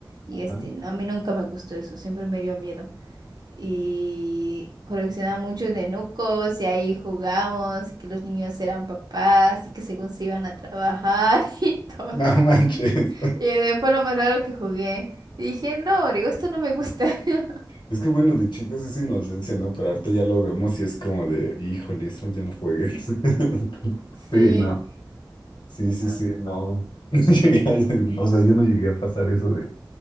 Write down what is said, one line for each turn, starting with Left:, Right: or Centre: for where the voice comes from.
Right: Y
Left: Ah.
Right: este, no, a mí nunca me gustó eso, siempre me dio miedo. Y coleccionaba muchos nenucos y ahí jugamos, y que los niños eran papás y que según se iban a trabajar <laughs> y todo.
Left: No manches.
Right: Y eh, fue lo más raro que jugué. Y dije, no, digo, esto no me gusta. <laughs>
Left: Es que bueno, de chicos es inocencia, ¿no? Pero ahorita ya lo vemos y es como de, híjole, eso ya no juegues. <laughs> Sí,
Right: Sí.
Left: no. Sí, sí,
Right: no,
Left: sí, no. <laughs> No llegué a- O sea, yo no llegué a pasar eso de